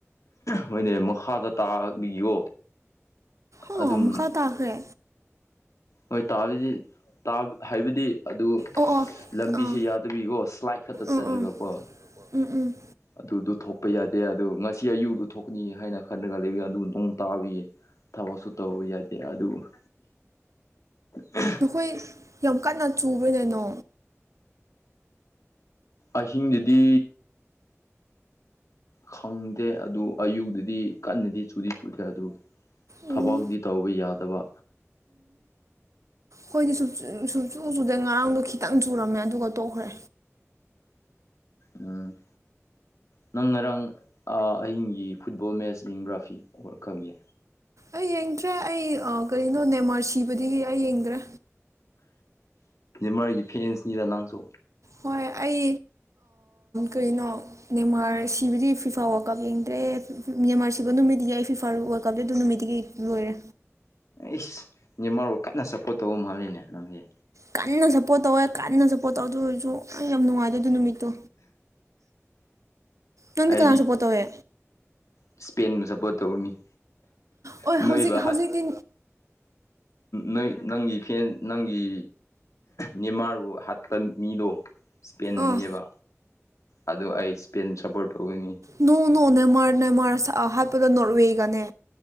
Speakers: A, on the left; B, on the right.
A: ꯍꯣꯏꯅꯦ ꯃꯈꯥꯗ ꯇꯥꯕꯤꯌꯣ
B: ꯑꯣ
A: ꯑꯗꯨꯝ
B: ꯃꯈꯥ ꯇꯥꯈ꯭ꯔꯦ
A: ꯍꯣꯏ ꯇꯥꯗꯤ ꯍꯥꯏꯕꯗꯤ ꯑꯗꯨ
B: ꯑꯣ ꯑꯣ
A: ꯂꯝꯕꯤꯁꯦ
B: ꯑꯥ
A: ꯌꯥꯗꯕꯤꯀꯣ ꯁ꯭ꯂꯥꯏꯠ ꯈꯛꯇ ꯆꯠꯂꯒꯀꯣ
B: ꯎꯝ ꯎꯝ ꯎꯝ ꯎꯝ
A: ꯑꯗꯨꯗꯨ ꯊꯣꯛꯄ ꯌꯥꯗꯦ ꯑꯗꯨ ꯉꯁꯤ ꯑꯌꯨꯗꯨ ꯊꯣꯛꯀꯅꯤ ꯍꯥꯏꯅ ꯈꯜꯂꯒ ꯂꯩ ꯑꯗꯨ ꯅꯣꯡ ꯇꯥꯕꯤꯌꯦ ꯊꯕꯛꯁꯨ ꯇꯧꯕ ꯌꯥꯗꯦ ꯑꯗꯨꯕꯨꯁ ꯎ
B: ꯅꯈꯣꯏ ꯌꯥꯝ ꯀꯟꯅ ꯆꯨꯕꯅꯦꯅꯣ
A: ꯑꯍꯤꯡꯗꯗꯤ ꯈꯪꯗꯦ ꯑꯗꯨ ꯑꯌꯨꯛꯛꯇꯗꯤ ꯀꯟꯅꯗꯤ ꯁꯨꯗꯤ ꯁꯨꯗꯦ ꯑꯗꯨ ꯊꯕꯛꯗꯤ
B: ꯎꯝ
A: ꯇꯧꯕ ꯌꯥꯗꯕ
B: ꯍꯣꯏꯗꯤ ꯁꯆꯨ ꯆꯨꯗꯩ ꯉꯔꯥꯡꯗꯣ ꯈꯤꯇꯪ ꯆꯨꯔꯝꯃꯦ ꯑꯗꯨꯒ ꯇꯣꯛꯈ꯭ꯔꯦ
A: ꯎꯝ ꯅꯪ ꯉꯔꯥꯡ ꯑꯍꯤꯡꯒꯤ ꯐꯨꯠꯕꯣꯜ ꯃꯦꯠꯆ ꯌꯦꯡꯕ꯭ꯔꯥꯐꯤꯛ ꯍꯧꯔꯛꯈꯒꯦ
B: ꯑꯩ ꯌꯦꯡꯗ꯭ꯔꯦ ꯑꯩ ꯀꯔꯤꯅꯣ ꯅꯦꯃꯥꯔ ꯁꯤꯕꯗꯒꯤ ꯑꯩ ꯌꯦꯡꯗ꯭ꯔꯦ
A: ꯃꯥꯔꯒꯤ ꯐꯦꯟꯁꯅꯤꯗ ꯅꯥꯡꯁꯨ
B: ꯍꯣꯏ ꯑꯩ ꯀꯩꯅꯣ ꯃꯦꯟꯟꯃꯥꯔ ꯁꯤꯕꯗꯤ ꯐꯤꯐꯥ ꯋꯥꯔꯜ ꯀꯥꯞ ꯌꯦꯡꯗ꯭ꯔꯦ ꯃ꯭ꯦꯟꯃꯥꯔ ꯁꯤꯕ ꯅꯨꯃꯤꯠꯇꯒꯤ ꯑꯩ ꯐꯤꯐꯥ ꯋꯥꯔꯜ ꯀꯞꯇꯦ ꯑꯗꯨ ꯅꯨꯃꯤꯠꯇꯒꯤ ꯂꯣꯏꯔꯦ
A: ꯏꯁ ꯅ ꯃꯔꯨ ꯀꯟꯅ ꯁꯞꯄꯣꯔꯠ ꯇꯧꯕ ꯃꯥꯜꯂꯤꯦꯅꯦ ꯅꯪꯒꯤ
B: ꯀꯟꯅ ꯁꯞꯄꯣꯔꯠ ꯇꯧꯋꯦ ꯀꯟꯅ ꯁꯞꯄꯣꯔꯠ ꯇꯧꯗ ꯑꯣꯏꯔꯁꯨ ꯌꯥꯝ ꯅꯨꯡꯉꯥꯏꯗꯦ ꯑꯗꯨ ꯅꯨꯃꯤꯠꯇꯣ ꯅꯪꯗꯤ
A: ꯑꯩꯗꯤ
B: ꯀꯅꯥ ꯁꯨꯄꯣꯔꯠ ꯇꯧꯋꯦ
A: ꯏꯁꯄꯦꯟꯕꯨ ꯁꯞꯄꯣꯔꯠ ꯇꯧꯔꯨꯅꯤ
B: ꯍ
A: ꯅꯣꯏꯕ
B: ꯍꯧꯖꯤꯛ ꯍꯧꯖꯤꯛꯀꯤ
A: ꯅ ꯅꯪꯒꯤ ꯐꯦꯟ ꯅꯪꯒꯤ ꯅꯤꯃꯥꯔ ꯍꯄ ꯃꯤꯗꯣꯄꯦꯟꯒꯅꯦꯕ
B: ꯑꯥ
A: ꯑꯗꯨꯗꯣ ꯑꯩ ꯏꯁꯄꯦꯟ ꯁꯞꯄꯣꯔꯠ ꯇꯧꯒꯅꯤ
B: ꯅꯣꯡ ꯅꯣꯡ ꯅꯦꯃꯥꯔ ꯅꯦꯃꯥꯔ ꯁꯛ ꯍꯥꯏꯞꯄꯗꯣ ꯅꯣꯔꯠꯋꯦꯒꯅꯦ